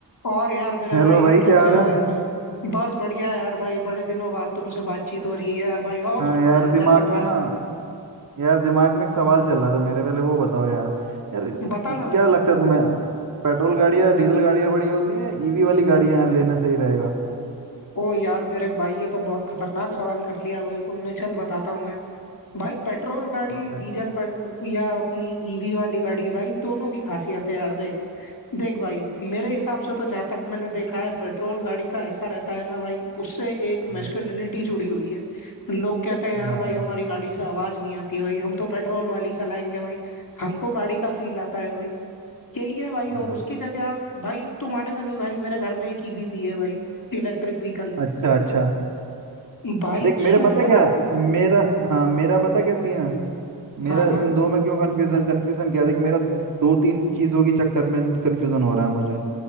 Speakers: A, on the left (about 60°); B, on the right (about 55°).
A: और यार मेरे
B: Hello
A: भाई
B: भाई
A: कैसे
B: क्या हाल
A: हो
B: है
A: यार बस बढ़िया यार भाई बड़े दिनों बाद तुमसे बातचीत हो रही है यार भाई और
B: हाँ
A: सुनाओ
B: यार
A: यार
B: दिमाग
A: क्या चल रहा
B: में ना यार दिमाग में एक सवाल चल रहा था मेरे पहले वो बताओ यार यार
A: है बता ना भाई
B: क्या लगता है तुम्हें पेट्रोल गाड़ियाँ डीजल गाड़ियाँ बड़ी होती हैं ईवी वाली गाड़ियाँ यार लेना सही रहेगा
A: ओ यार मेरे भाई ये तो बहुत खतरनाक सवाल कर लिया भाई तुमने चल बताता हूँ भाई पेट्रोल गाड़ी
B: लगता है।
A: डीजल पेट या अपनी ईवी वाली गाड़ी भाई दोनों की खासियत है यार देख देख भाई मेरे हिसाब से तो जहां तक मैंने देखा है पेट्रोल गाड़ी का ऐसा रहता है ना भाई उससे एक
B: हाँ
A: मैस्कुलिनिटी जुड़ी हुई है लोग कहते हैं
B: हाँ
A: यार भाई हमारी गाड़ी से आवाज नहीं आती है भाई हम तो पेट्रोल वाली चलाएंगे भाई हमको गाड़ी का फील आता है भाई यही है भाई
B: हाँ।
A: और उसकी जगह भाई तू मानेगा नहीं भाई मेरे घर में एक ईवी भी है भाई Electric vehicle
B: अच्छा अच्छा
A: भाई
B: देख
A: सुबह
B: मेरे पता क्या
A: रा
B: मेरा हाँ मेरा पता क्या सीन है मेरा
A: हाँ हाँ
B: इन दो में क्यों कंफ्यूजन कंफ्यूजन क्या है देख मेरा दो तीन चीज़ों के चक्कर में कंफ्यूजन हो रहा है मुझे